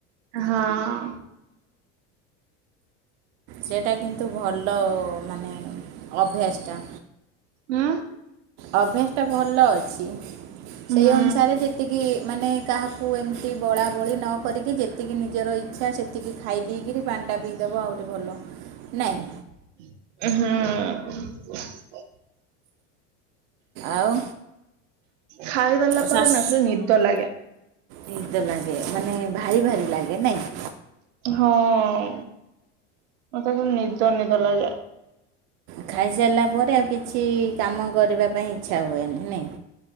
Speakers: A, on the right; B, on the right.
A: ହଁ ଅଁ।
B: ସେଇଟା କିନ୍ତୁ ଭଲ ମାନେ ଅଭ୍ୟାସଟା।
A: ହୁଁ।
B: ଅଭ୍ୟାସ ଟା ଭଲ ଅଛି
A: ହୁଁ
B: ସେଇ ଅନୁସା ଇଚ୍ଛାରେ ଯେତିକି ମାନେ କାହାକୁ ଏମିତି ବଳାବଳି ନ କରିକି ଯେତିକି ନିଜର ଇଚ୍ଛା ସେ ଜେତିକି ଖାଇ ଦେଇକରି ପାଣିଟା ପିଇଦେବ ଆହୁରି ଭଲ ନାଇଁ।
A: ହୁଁ।
B: ଆଉ।
A: ଖାଇ ଦେଲା ପରେ
B: ଶ୍ୱାସ
A: ନା ଖାଲି ନିଦ ଲାଗେ।
B: ନିଦ ଲାଗେ ମାନେ ଭାରି ଭାରି ଲାଗେ ନାଇଁ।
A: ହଁ ଅଁ ମତେ ଖାଲି ନିଦ ନିଦ ଲାଗେ।
B: ଖାଇସାରିଲା ପରେ ଆଉ କିଛି କାମ କରିବା ପାଇଁ ଇଚ୍ଛା ହୁଏନି ନାଇଁ।